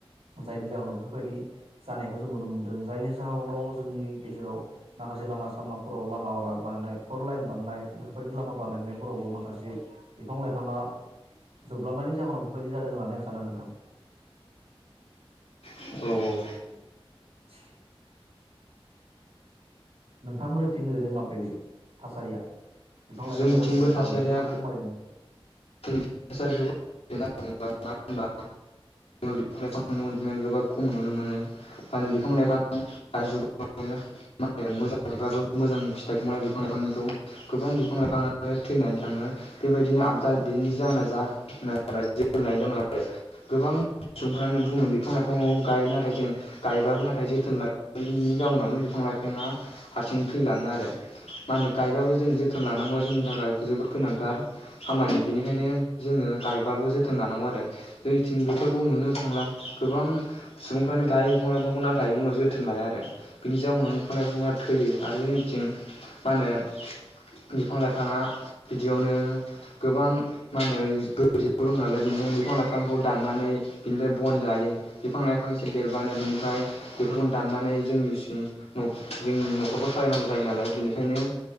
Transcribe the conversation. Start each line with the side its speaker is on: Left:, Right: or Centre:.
Right: जायनि जाहोनाव बेफोरबायदि जानायखौ जों नुनो मोन्दों जायनि जाहोनाव जोंनि गेजेराव माखासे लामा सामाफोराव लामा बानायनाय फर लाइन बानायनाय बेफोरबायदि लामा बानायनायफोरावबो माखासे बिफां-लाइफाङा जोबलांनायनि जाहोनाव बेफोरबायदि जादों होननानै आं सानो नोंथां।
Left: औ
Right: <unintelligible> नोंथांमोननिथिं ओरैनो माबायदि थासारिया? बिफां लाइफांनि
Left: जोंनिथिंबो
Right: अनजिमाया
Left: थासारिया
Right: बांदोंना खमायदों?
Left: <unintelligible> मानो होनबा
Right: <inaudible>
Left: बिफां लाइफांनि अनजिमायानो गोबां खम नुनो मोनो मा होनो बिफां लाइफां <unintelligible> मोजां मोजां फिथाइखौ मोना बिफां लाइफांनिखौ गोबां बिफां लाइफांआनो थैनानै थाङो बेबायदिनो आबदार बेनि जाहोना जा <unintelligible> उनाव आरो गोबां सुबुंफ्रानो बुङो बिफां लाइफांआव गायो नाथाय जों गायबाबो नाथाय जोथोन लायिनि जाउनावनो बिफां लाइफाङा हारसिं थैलाङो आरो मा होनो गायबाबो जों जोथोन लानांगौआ जोंनि थाखाय जोबोद गोनांथार। खामानि बेनिखायनो जोङो गायबाबो जोथोन लानांगौ आरो जोंनिथिं बेफोरखौ नुनो थांला। गोबां सुबुंफ्रानो गायो बिफां लाइफांखौ नाथाय उनाव जोथोन लाया आरो बिनि जाऊनाव बिफां लाइफांफ्रा थैयो आरो जोंनिथिं मा होनो बिफां लाइफाङा बिदियावनो गोबां मा होनो नालाय बेनिखायनो बिफां लाइफांखौ दाननानै बिनिफ्राय बन जायो बिफां लाइफां एसे देरबानो बिनिफ्राय बेफोरखौनो दाननानै जोंनिसि जोंनि नखरखौ सालायनांगौ जायो नालाय बेनिखायनो